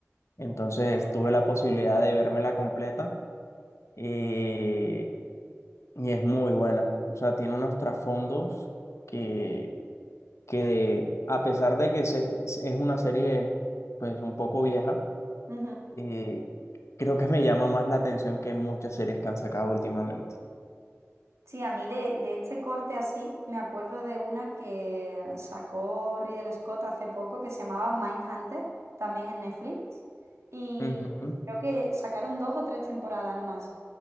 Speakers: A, on the left (about 70°); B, on the right (about 70°).
A: Entonces
B: Gracias.
A: tuve la posibilidad de vérmela completa eh, y es muy buena. O sea, tiene unos trasfondos que, que a pesar de que se- es es una serie pues un poco vieja,
B: Ujú.
A: eh, creo que me llama más la atención que muchas series que han sacado últimamente.
B: Sí, a mí de, de este corte así, me acuerdo de una que sacó Ridley Scott hace poco que se llamaba Mindhunter, también en Netflix. Y
A: Ujú,
B: creo que sacaron dos o tres temporadas nomás.